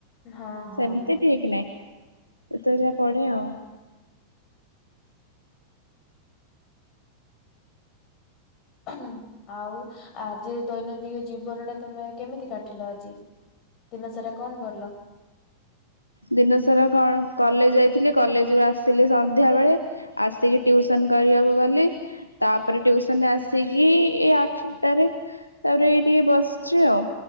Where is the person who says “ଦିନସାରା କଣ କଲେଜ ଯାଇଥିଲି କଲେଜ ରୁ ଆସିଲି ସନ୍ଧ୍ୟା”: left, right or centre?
Left